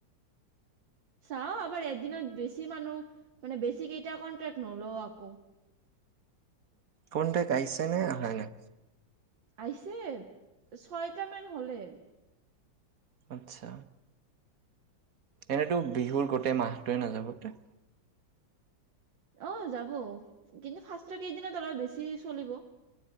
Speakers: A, on the right (about 70°); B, on the right (about 50°).
A: চাওঁ, আমাৰ এদিনত বেছি মানুহ, মানে বেছি কেইটা কনট্ৰাক্ট ন'লও আকৌ।
B: কন্ট্ৰেক্ট আহিছেনে, আহা নাই?
A: আহিছে, ছয়টামান হ'লেই।
B: আতছা। এনেতো বিহুৰ গোটেই মাহটোৱে নাযাব তে
A: অ', যাব, কিন্তু ফাৰ্ষ্টৰ কেইদিনত অলপ বেছি চলিব।